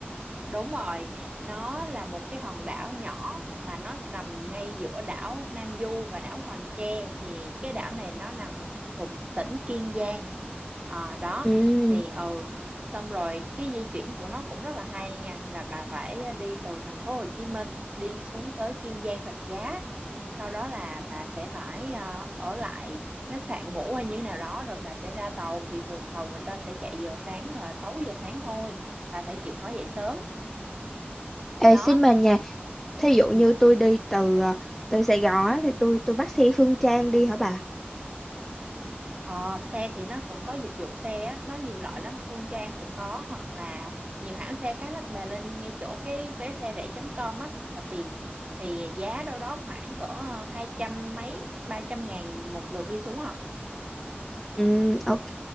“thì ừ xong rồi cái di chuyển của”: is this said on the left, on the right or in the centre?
Right